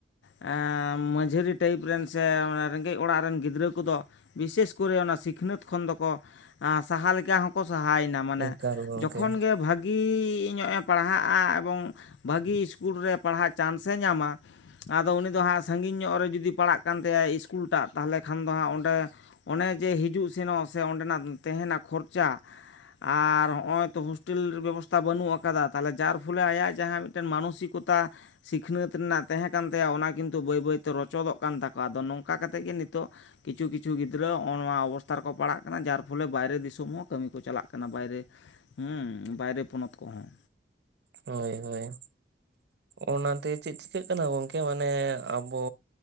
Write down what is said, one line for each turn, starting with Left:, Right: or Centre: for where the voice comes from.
Left: ᱮᱻ ᱢᱟᱹᱡᱟᱹᱨᱤ ᱴᱟᱭᱤᱯ ᱨᱮᱱ ᱥᱮ ᱨᱮᱸᱜᱮᱡ ᱚᱲᱟᱜ ᱨᱮᱱ ᱜᱤᱫᱽᱨᱟᱹ ᱠᱚᱫᱚ ᱵᱤᱥᱮᱥ ᱠᱚᱨᱮ ᱚᱱᱟ ᱥᱤᱠᱷᱱᱟᱹᱛ ᱠᱷᱚᱱ ᱫᱚᱠᱚ ᱥᱟᱦᱟ ᱞᱮᱠᱟ ᱦᱚᱸᱠᱚ ᱥᱟᱦᱟᱭᱮᱱᱟ ᱢᱟᱱᱮ
Right: ᱮᱠᱟᱞ ᱜᱚᱝᱠᱮ
Left: ᱡᱚᱠᱷᱚᱱ ᱜᱮ ᱵᱷᱟᱜ ᱵᱷᱟᱹᱜᱤ ᱧᱚᱜᱼᱮ ᱯᱟᱲᱦᱟᱜᱼᱟ ᱮᱵᱚᱝ ᱵᱷᱟᱹᱜᱤ ᱤᱥᱠᱩᱞ ᱨᱮ ᱯᱟᱲᱦᱟᱜ ᱪᱟᱱᱥ ᱮ ᱧᱟᱢᱟ ᱟᱫᱚ ᱩᱱᱤ ᱫᱚ ᱦᱟᱸᱜ ᱥᱟᱺᱜᱤᱧ ᱧᱚᱜ ᱨᱮ ᱡᱩᱫᱤ ᱯᱟᱲᱟᱜ ᱠᱟᱱ ᱛᱟᱭᱟ ᱤᱥᱠᱩᱞᱴᱟᱜ ᱛᱟᱦᱚᱞᱮ ᱠᱷᱟᱱ ᱫᱚ ᱦᱟᱸᱜ ᱚᱸᱰᱮ ᱚᱱᱮ ᱡᱮ ᱦᱤᱡᱩᱜ ᱥᱮᱱᱚᱜ ᱥᱮ ᱚᱸᱰᱮᱱᱟᱜ ᱛᱟᱦᱮᱱᱟ ᱠᱷᱚᱨᱪᱟ ᱟᱨ ᱦᱚᱸᱜᱼᱚᱭ ᱛᱚ ᱦᱳᱥᱴᱮᱞ ᱵᱮᱵᱚᱥᱛᱷᱟ ᱵᱟᱹᱱᱩᱜ ᱟᱠᱟᱫᱟ ᱛᱟᱦᱚᱞᱮ ᱡᱟᱨ ᱯᱷᱚᱞᱮ ᱟᱭᱟᱜ ᱡᱟᱦᱟᱸ ᱢᱤᱫᱴᱮᱱ ᱢᱟᱱᱚᱥᱤᱠᱚᱛᱟ- ᱛᱟ ᱥᱤᱠᱷᱱᱟᱹᱛ ᱨᱮᱱᱟᱜ ᱛᱟᱦᱮᱸ ᱠᱟᱱ ᱛᱟᱭᱟ ᱚᱱᱟ ᱠᱤᱱᱛᱩ ᱵᱟᱹᱭ ᱵᱟᱹᱭᱛᱮ ᱨᱚᱪᱚᱫᱚᱜ ᱠᱟᱱ ᱛᱟᱠᱚᱣᱟ ᱟᱫᱚ ᱱᱚᱝᱠᱟ ᱠᱟᱛᱮᱫ ᱜᱮ ᱱᱤᱛᱚᱜ ᱠᱤᱪᱷᱩ ᱠᱤᱪᱷᱩ ᱜᱤᱫᱽᱨᱟᱹ ᱦᱚᱸᱚ ᱱᱚᱣᱟ ᱚᱵᱛᱷᱟ ᱨᱮᱠᱚ ᱯᱟᱲᱟᱜ ᱠᱟᱱᱟ ᱡᱟᱨ ᱯᱷᱚᱞᱮ ᱵᱟᱭᱨᱮ ᱫᱤᱥᱚᱢ ᱦᱚᱸ ᱠᱟᱹᱢᱤ ᱠᱚ ᱪᱟᱞᱟᱜ ᱠᱟᱱᱟ ᱵᱟᱭᱨᱮ ᱦᱩᱸ ᱵᱟᱭᱨᱮ ᱯᱚᱱᱚᱛ ᱠᱚᱦᱚᱸ
Right: ᱦᱳᱭ ᱦᱳᱭ ᱚᱱᱟᱛᱮ ᱪᱮᱫ ᱪᱤᱠᱟᱹᱜ ᱠᱟᱱᱟ ᱜᱚᱢᱠᱮ ᱢᱟᱱᱮ ᱟᱵᱚ